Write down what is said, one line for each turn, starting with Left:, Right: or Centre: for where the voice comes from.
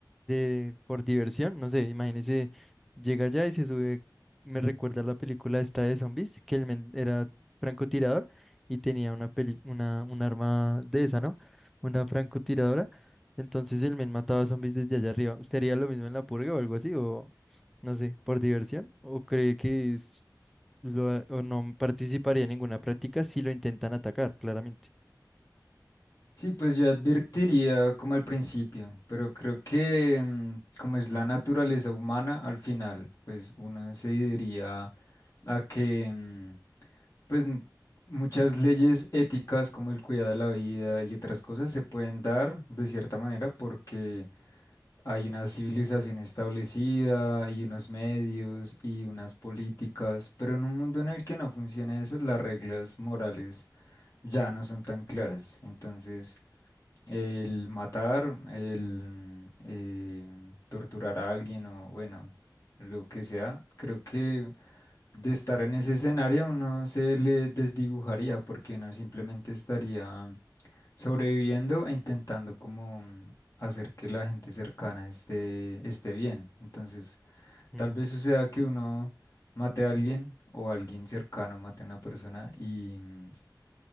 Centre: de, por diversión. No sé, imagínese, llega allá y se sube. Me recuerda la película esta de zombies, que el men era francotirador y tenía una peli, una, un arma de esa, ¿no? Una francotiradora. Entonces el men mataba zombies desde allá arriba. ¿Usted haría lo mismo en la purga o algo así? O no sé, por diversión. ¿O cree que es- lo, ha- o no participaría en ninguna práctica si lo intentan atacar, claramente?
Left: Sí, pues yo advertiría como al principio, pero creo que em, como es la naturaleza humana, al final, pues uno se diría a que, em, pues n- muchas leyes éticas como el cuidado de la vida y otras cosas se pueden dar de cierta manera porque Hay una civilización establecida y unos medios y unas políticas, pero en un mundo en el que no funciona eso, las reglas morales ya no son tan claras. Entonces, el matar, el eh, torturar a alguien o bueno, lo que sea, creo que de estar en ese escenario uno se le desdibujaría porque uno simplemente estaría sobreviviendo e intentando como mm, hacer que la gente cercana esté, esté bien. Entonces,
Centre: Mm,
Left: tal vez suceda que uno mate a alguien o alguien cercano mate a una persona y mm,